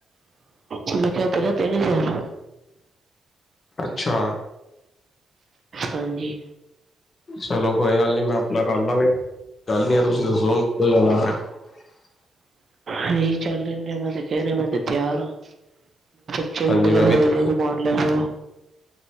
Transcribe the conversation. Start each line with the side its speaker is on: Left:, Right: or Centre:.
Right: ਮੁੰਡਾ ਕਹਿ ਕੇ ਗਿਆ ਤਿੰਨ ਹਜ਼ਾਰ।
Left: ਅੱਛਾ।
Right: ਹਾਂਜੀ।
Left: ਚਲੋ ਕੋਈ ਗੱਲ ਨੀ ਮੈਂ ਆਪਣਾ ਕਰ ਲਾਂਗੇ ਗੱਲ ਨੀ ਆ ਤੁਸੀਂ ਰਿਜੋਲਵ ਇੱਕੋ ਹੀ ਗੱਲ ਹੈ। <inaudible>
Right: ਅਸੀਂ ਚੱਲ ਲੈਂਦੇ ਆ ਮੈਂ ਤੇ ਕਹਿ ਰਿਹਾ ਮੈਂ ਤੇ ਤਿਆਰ ਹਾਂ ਚਿੰਨ
Left: ਹਾਂਜੀ
Right: ਵਗੈਰਾ
Left: ਮੈਂ ਵੀ ਤੇ
Right: ਲੈ ਘੁੰਮਾਉਣ ਲੈ ਲਿਓ